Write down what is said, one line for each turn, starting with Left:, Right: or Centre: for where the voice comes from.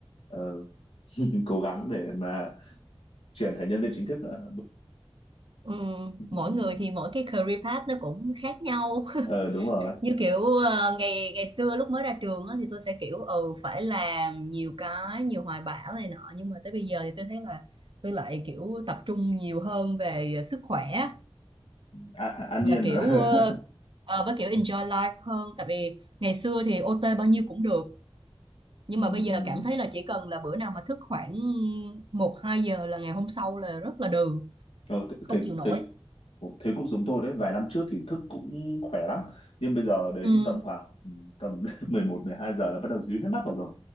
Left: ờ, <laughs> cố gắng để mà chuyển thành nhân viên chính thức ờ,
Right: ừ.
Left: Ừ.
Right: mỗi người thì mỗi cái career path nó cũng khác nhau <laughs>
Left: ờ đúng rồi
Right: như kiểu ờ, ngày ngày xưa lúc mới ra trường á, thì tôi sẽ kiểu ừ phải làm nhiều cái nhiều hoài bão này nọ nhưng mà tới bây giờ thì tôi thấy là tôi lại kiểu tập trung nhiều hơn về sức khỏe
Left: à, à, an
Right: và
Left: yên
Right: kiểu
Left: rồi <laughs>
Right: ờ, ờ, với kiểu enjoy life hơn tại vì ngày xưa thì ô OT bao nhiêu cũng được nhưng
Left: ừ,
Right: mà bây giờ
Left: ừ.
Right: cảm thấy là chỉ cần là bữa nào mà thức khoảng một hai giờ là ngày hôm sau là rất là đừ
Left: Ờ, thế,
Right: không
Left: thế,
Right: chịu nổi
Left: thế, thế cũng giống tôi đấy vài năm trước thì thức cũng khỏe lắm nhưng bây giờ đến
Right: ừ
Left: tầm khoảng ừ, tầm <laughs> 11, 12 giờ là bắt đầu díu hết mắt vào rồi